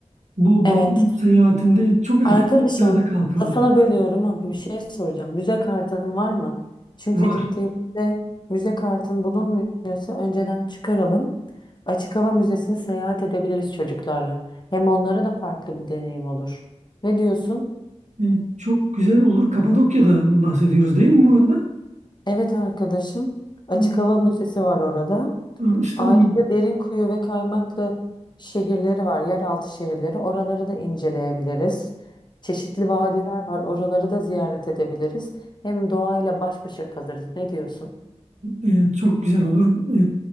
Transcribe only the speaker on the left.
Evet.
Arkadaşım
lafını bölüyorum ama bir şey soracağım. Müze kartın var mı? Çünkü
gittiğimizde müze kartın bulunmuyorsa önceden çıkaralım. Açık hava müzesini seyahat edebiliriz çocuklarla. Hem onlara da farklı bir deneyim olur. Ne diyorsun?
Evet arkadaşım. Açık
hava müzesi var orada.
Ayrıca
Derinkuyu ve Kaymaklı şehirleri var, yeraltı şehirleri. Oraları da inceleyebiliriz. Çeşitli vadiler var, oraları da ziyaret edebiliriz. Hem doğayla baş başa kalırız. Ne diyorsun?